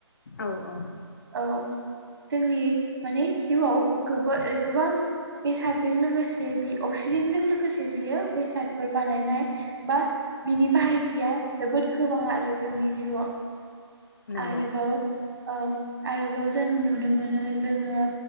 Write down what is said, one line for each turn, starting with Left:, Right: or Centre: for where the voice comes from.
Left: औ औ
Right: औ जोंनि माने जिउआव गो गोबां बेसादजों लोगोसे बे अक्सिजेनजों लोगोसे बियो बेसादफोर बानायनाय बा बिनि बाहायथिया जोबोद गोबां आरो जोंनि जिउआव
Left: नंगौ
Right: आरोबाव औ आरोबाव जों नुनो मोनो जोङो